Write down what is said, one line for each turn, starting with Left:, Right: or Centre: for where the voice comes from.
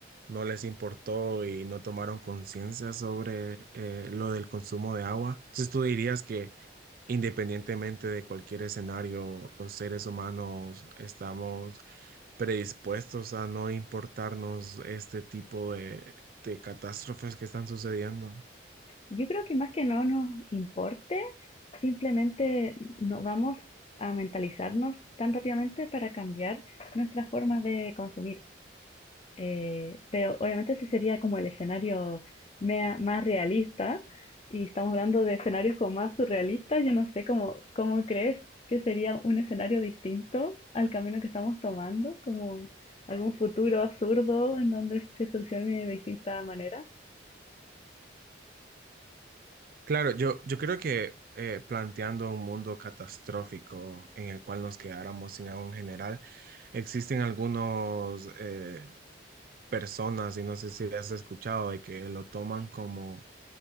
Right: no les importó y no tomaron conciencia sobre eh, lo del consumo de agua. Entonces tú dirías que independientemente de cualquier escenario, los seres humanos estamos predispuestos a no importarnos este tipo de, de catástrofes que están sucediendo.
Left: Yo creo que más que no nos importe, simplemente no vamos a mentalizarnos tan rápidamente para cambiar nuestras formas de consumir. Eh, pero obviamente ese sería como el escenario mea- más realista y estamos hablando de escenarios como más surrealistas. Yo no sé cómo, cómo crees que sería un escenario distinto al camino que estamos tomando, como algún futuro absurdo en donde se solucione de distinta manera.
Right: Claro, yo, yo creo que eh, planteando un mundo catastrófico en el cual nos quedáramos sin agua en general, existen algunos eh, personas, y no sé si has escuchado, de que lo toman como,